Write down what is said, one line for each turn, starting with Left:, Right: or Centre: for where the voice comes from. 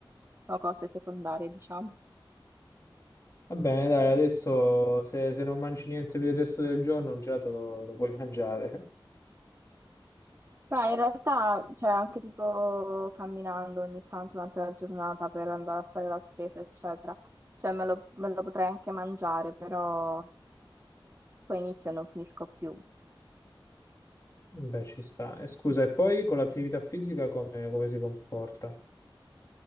Right: sono cose secondarie, diciamo.
Left: Va bene, dai, adesso se, se non mangi niente per il resto del giorno, un gelato lo, lo puoi mangiare.
Right: Ma in realtà, cioè, anche tipo camminando ogni tanto durante la giornata per andare a fare la spesa, eccetera, cioè me lo, me lo potrei anche mangiare, però poi inizio e non finisco più.
Left: Beh, ci sta. E scusa, e poi con l'attività fisica come, come si comporta?